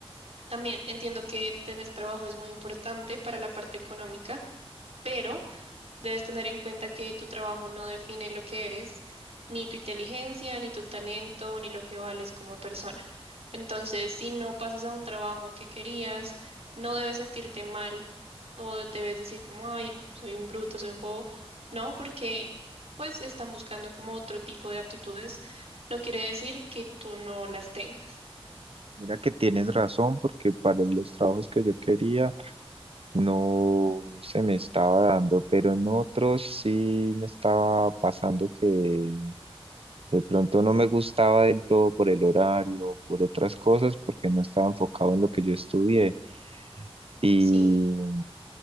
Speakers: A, on the right (about 85°); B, on the right (about 65°).
A: también entiendo que tener trabajo es muy importante para la parte económica, pero Debes tener en cuenta que tu trabajo no define lo que eres, ni tu inteligencia, ni tu talento, ni lo que vales como persona. Entonces, si no pasas a un trabajo que querías, no debes sentirte mal o debes decir como, ay, soy un bruto, soy un bobo. No, porque pues están buscando como otro tipo de aptitudes. No quiere decir que tú no las tengas.
B: Mira que tienes razón, porque para los trabajos que yo quería no se me estaba dando, pero en otros sí me estaba pasando que de pronto no me gustaba del todo por el horario, por otras cosas, porque no estaba enfocado en lo que yo estudié. Y
A: Sí,